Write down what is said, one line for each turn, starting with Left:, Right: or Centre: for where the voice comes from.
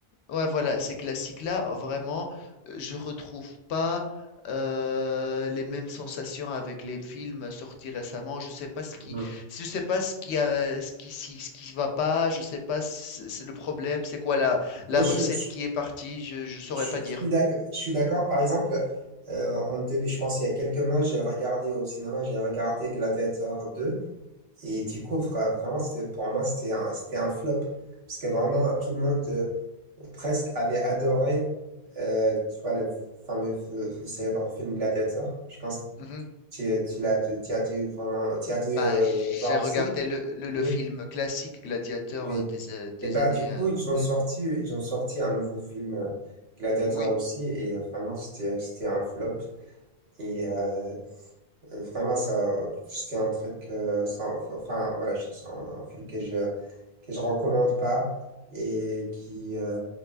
Left: ouais voilà ces classiques-là vraiment euh, je retrouve pas euh, les mêmes sensations avec les films sortis récemment je sais pas ce qui
Right: Mm.
Left: je sais pas ce qui a ce qui si- ce qui va pas je sais pas c- c'est le problème c'est quoi la la
Right: Oui, je,
Left: recette
Right: je-
Left: qui est partie je je saurais
Right: Je,
Left: pas
Right: je
Left: dire
Right: suis d'ac- je suis d'accord. Par exemple, euh, en début, je pense il y a quelques mois, j'ai regardé au cinéma, j'ai regardé Gladiator 2. Et du coup, vra- vraiment, c'était, pour moi, c'était un, c'était un flop. Parce que vraiment,
Left: Mm,
Right: tout le monde euh, presque avait adoré, euh, tu vois, le fameux, f- le célèbre film Gladiator. Je pense que
Left: mhm.
Right: tu, tu l'as, dû- tu as dû vraiment, tu as dû
Left: Bah,
Right: euh,
Left: j'ai
Right: le voir
Left: regardé
Right: aussi.
Left: le, le- le
Right: Oui,
Left: film classique Gladiateur
Right: oui.
Left: des, euh, des
Right: Et bah
Left: années.
Right: du coup
Left: euh,
Right: ils ont
Left: hmm.
Right: sorti ils ont sorti un nouveau film euh, Gladiator
Left: Oui,
Right: aussi et euh, vraiment c'était c'était un flop et euh, euh, vraiment ça c'était un truc euh, sans- enfin voilà je- c'est un, un film que je que je recommande pas et qui euh,